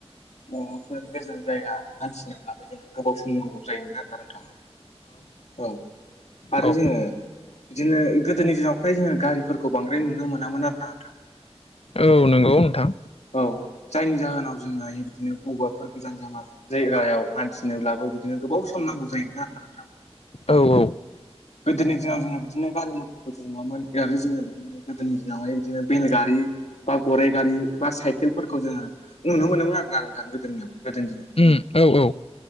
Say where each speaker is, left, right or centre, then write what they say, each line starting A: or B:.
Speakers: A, on the left; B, on the left.
A: बबावबाफोर गोजान जायगा हान्थिनोब्लाबो जोङो गोबाव सम नांगौ जायोमोन आरो ना नोंथां औ आरो
B: औ
A: जोङो बिदिनो गोदोनि दिनाव फ्राय जोङो गारिफोरखौ बांद्राय नुनो मोनामोन आरोना नोंथां
B: औ नंगौ नोंथां
A: औ जायनि जाहोनाव जोंहा बिदिनो बबावबाफोर गोजान जामा जायगायाव हान्थिनोब्लाबो बिदिनो गोबाव सम नांगौ जायोमोन आरोना नोंथां
B: औ औ
A: गोदोनि दिनाव जोङो बिदिनो गारि मथरफोरखौ नुवामोन <inaudible> जोङो गोदोनि दिनावहाय बिदिनो बेलगारि, बा गराइ गारि, बा साइकेलफोरखौ जोङो नुनो मोनोमोन आरो ना नोंथां गोदोनियाव गोदोनि दिनाव
B: उम औ औ।